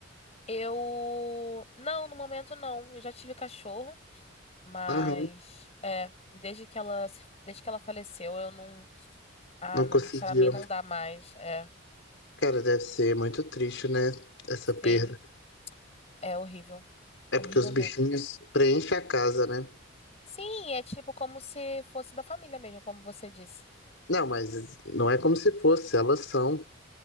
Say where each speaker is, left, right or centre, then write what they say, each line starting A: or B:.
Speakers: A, on the left (about 30°); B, on the left (about 65°).
A: Eu... Não, no momento não. Eu já tive cachorro, mas...
B: Aham.
A: É, desde que ela, se- desde que ela faleceu, eu não... Ah,
B: Não
A: não,
B: conseguiu.
A: para mim não dá mais. É,
B: Cara, deve ser muito triste, né? Essa
A: sim,
B: perda.
A: é horrível,
B: É
A: horrível
B: porque os bichinhos
A: mesmo.
B: preenchem a casa, né?
A: Sim, é tipo como se fosse da família mesmo, como você disse.
B: Não, mas não é como se fosse, elas são.